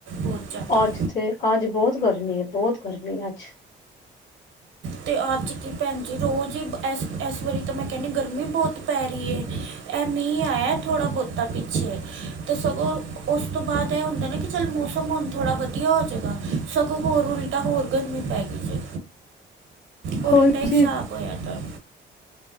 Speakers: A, on the right (about 75°); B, on the left (about 70°).
A: ਬਹੁਤ ਜ਼ਿਆਦਾ
B: ਅੱਜ ਤੇ, ਅੱਜ ਬਹੁਤ ਗਰਮੀ ਏ, ਬਹੁਤ ਗਰਮੀ ਏ ਅੱਜ।
A: ਤੇ ਅੱਜ ਕੀ ਭੈਣ ਜੀ ਰੋਜ਼ ਹੀ ਇਸ ਇਸ ਵਾਰੀ ਤਾਂ ਮੈਂ ਕੈਨੀ ਗਰਮੀ ਬਹੁਤ ਪੈ ਰਹੀ ਹੈ। ਇਹ ਮੀਂਹ ਆਇਆ ਥੋੜ੍ਹਾ -ਬਹੁਤਾ ਪਿੱਛੇ ਤਾਂ ਸਗੋਂ ਉਸ ਤੋਂ ਬਾਅਦ ਇਹ ਹੁੰਦਾ ਨਾ ਕਿ ਚੱਲ ਮੌਸਮ ਹੁਣ ਥੋੜ੍ਹਾ ਵਧੀਆ ਹੋ ਜਾਵੇਗਾ। ਸਗੋਂ ਹੋਰ ਉਲ ਉਟਾ ਹੋਰ ਗਰਮੀ ਪੈ ਗਈ ਜੇ, ਉਲਟਾ
B: ਹਾਂਜੀ।
A: ਹੀ ਹਿਸਾਬ ਹੋਇਆ। ਤਾਂ